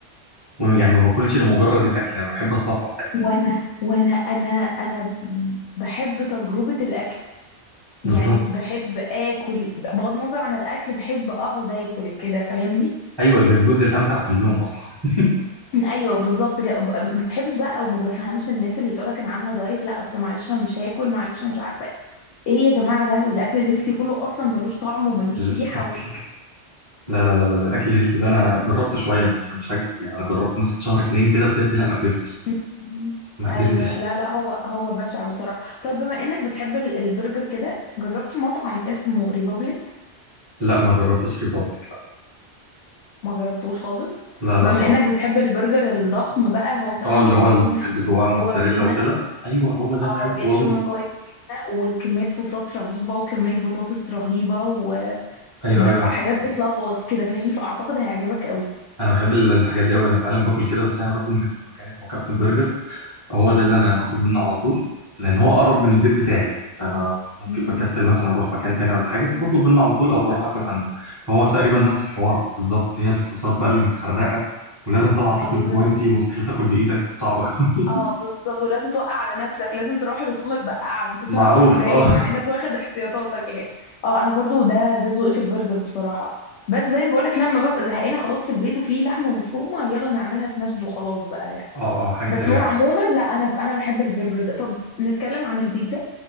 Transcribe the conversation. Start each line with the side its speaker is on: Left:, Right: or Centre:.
Right: يعني ما باكلش لمجرد الاكل انا بحب استطعم الاكل
Left: أمم. وانا وانا انا انا بحب تجربه الاكل
Right: بالظبط
Left: يعني بحب اكل بغض النظر عن الاكل بحب اقعد اكل كده فاهمني
Right: ايوه ده الجزء الامتع في اليوم اصلا
Left: ايوه بالظبط كده ب- ما بحبش بقى او ما بفهمش الناس اللي تقولك انا عامله دايت لا اصل معلش انا مش هاكل معلش انا مش عارفه ايه يا جماعه ده والاكل الهيلثي كله اصلا ملوش طعم وملوش
Right: الاكل
Left: ريحه و...
Right: لا لا لا لا, لا. الاكل الهيلث ده انا جربته شويه مش مش هكذب يعني انا جربت مثلا شهر اتنين كده بجد لا ما قدرتش
Left: م-
Right: ما قدرتش
Left: ايوه لا لا هو هو بشع بصراحه طب بما انك بتحب ال- البرجر كده جربت مطعم اسمه ريبابليك
Right: لا ما جربتش ريبابليك
Left: ما جربتوش خالص
Right: لا لا
Left: بما
Right: خالص
Left: انك بتحب البرجر الضخم بقى هو كمان
Right: اه اللي
Left: بيعملوه
Right: هو ال-
Left: محشي
Right: اللي جواه
Left: من
Right: موتزاريلا
Left: جوه جبنه
Right: وكده ايوه هو ده
Left: اه
Right: بحبه
Left: بيحشوه
Right: قوي
Left: من جوه الجبنه وكميه صوصات رهيبه وكميه بطاطس رهيبه وحاجات
Right: ايوه
Left: بتلغوص
Right: ايوه
Left: كده فاهمني فاعتقد هيعجبك قوي
Right: انا بحب ال- الحاجات دي قوي انا فعلا باكل كده بس انا باكل من مكان اسمه كابتن برجر هو ده اللي انا باكل منه على طول لان هو اقرب من البيت بتاعي يعني فانا ممكن
Left: امم
Right: بكسل مثلا اروح مكان تاني ولا حاجه فبطلب منه على طول او بروح اكل عنده فهو تقريبا نفس الحوار بالظبط هي الصوصات بقى اللي متخرقه ولازم طبعا
Left: ايوه
Right: تاكل بجوانتي ومستحيل تاكل بايدك صعبه قوي
Left: اه بالظبط ولازم توقع على نفسك لازم تروح لتقوم متبقعه ما تفهمش
Right: <laughs> معروفه
Left: ازاي
Right: اه
Left: مع انك واخد احتياطاتك يعني اه انا برضو ده ده ذوقي في البرجر بصراحه بس زي ما بقولك لما ببقى زهقانه خلاص في البيت وفي لحمه مفرومه يلا نعملها سناشد وخلاص بقى يعني
Right: اه اه حاجه
Left: بس
Right: سريعه
Left: هو عموما
Right: يعني
Left: لا انا انا بحب البرجر ده طب نتكلم عن البيتزا